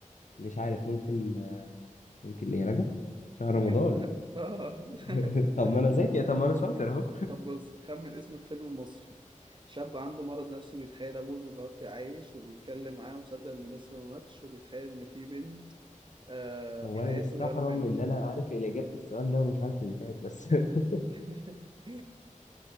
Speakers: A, on the left; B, on the right.
A: مش عارف ممكن ممكن إيه رجب شهر
B: <laughs>
A: رمضان <laughs> طب ما أنا ذكي طب ما أنا شاطر أهو
B: طب بص خمن اسم الفيلم المصري شاب عنده مرض نفسي بيتخيل ابوه المتوفي عايش وبيتكلم معاه وصدق انه لسه ما ماتش وبيتخيل ان في بنت آه،
A: هو
B: في حياته
A: أنا مستحرم
B: بيقرب منه
A: إن أنا عارف اللي إجابة السؤال ده ومش عارف اللي فات بس <laughs>
B: <laughs>